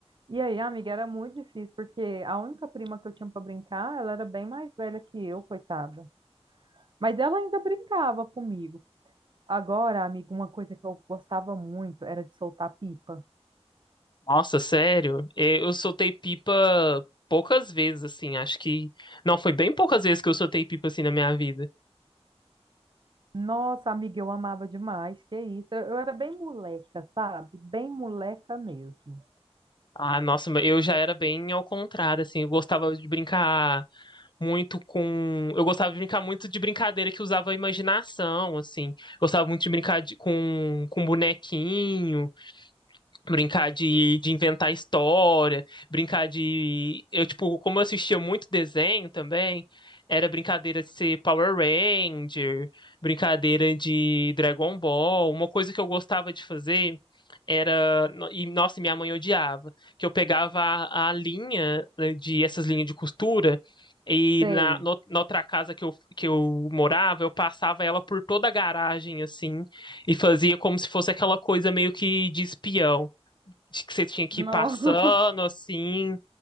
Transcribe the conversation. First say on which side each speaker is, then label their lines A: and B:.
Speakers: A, on the right; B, on the left.
A: E aí, amiga, era muito difícil, porque a única prima que eu tinha para brincar, ela era bem mais velha que eu, coitada. Mas ela ainda brincava comigo. Agora, amiga, uma coisa que eu gostava muito era de soltar pipa.
B: Nossa, sério? Eh, Eu soltei pipa poucas vezes, assim. Acho que não foi bem poucas vezes que eu soltei pipa assim na minha vida.
A: Nossa, amiga, eu amava demais, que isso. Eu, eu era bem moleca, sabe? Bem moleca mesmo.
B: Ah, nossa, mas eu já era bem ao contrário, assim. Eu gostava de brincar muito com. Eu gostava de brincar muito de brincadeira que usava a imaginação, assim. Gostava muito de brincar de- com, com bonequinho brincar de, de inventar história, brincar de. Eu, tipo, como eu assistia muito desenho também, era brincadeira de ser Power Ranger, brincadeira de Dragon Ball. Uma coisa que eu gostava de fazer era. no- E, nossa, minha mãe odiava, que eu pegava a, a linha né, de essas linhas de costura. E
A: Sei.
B: na, no- na outra casa que eu, que eu morava, eu passava ela por toda a garagem, assim, e fazia como se fosse aquela coisa meio que de espião de que você tinha que
A: No-
B: ir passando
A: <laughs>
B: assim.